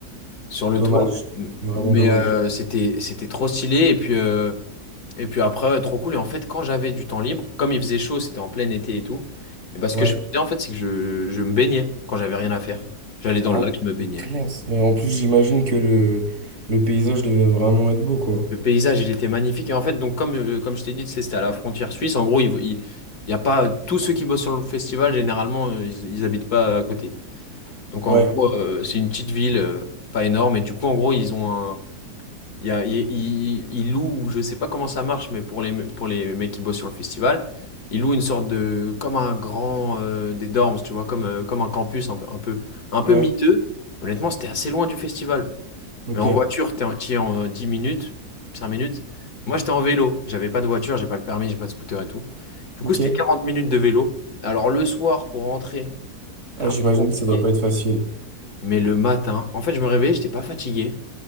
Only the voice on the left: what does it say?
sur le
toit.
Mais
euh, c'était, c'était trop stylé. Et puis, euh, Et puis après, euh, trop cool. Et en fait, quand j'avais du temps libre, comme il faisait chaud, c'était en plein été et tout, et bah, ce
que je faisais en fait, c'est que je, je me baignais quand j'avais rien à faire. J'allais dans le
lac, je me baignais.
Le paysage, il était magnifique. Et en fait, donc comme, euh, comme je t'ai dit, tu sais, c'était à la frontière suisse. En gros, il, il, il y a pas tous ceux qui bossent sur le festival, généralement, euh, ils, ils habitent pas à côté. Donc
en gros, euh, c'est une petite ville, euh, pas énorme. Et du coup, en gros, ils ont Il, y a- il, il- il loue, je sais pas comment ça marche, mais pour les, me- pour les mecs qui bossent sur le festival, il loue une sorte de, comme un grand, euh, des dorms, tu vois, comme, euh, comme un campus un, peu, un peu un
peu miteux. Honnêtement, c'était assez loin du festival.
Mais en voiture, t'es en- t'y es en euh, 10 minutes, 5 minutes. Moi, j'étais en vélo. J'avais pas de voiture, j'ai pas le permis, j'ai pas de scooter et tout. Du
coup, c'était 40 minutes de vélo. Alors, le soir, pour rentrer, c'était
un
peu compliqué.
Mais le matin, en fait, je me réveillais, j'étais pas fatigué.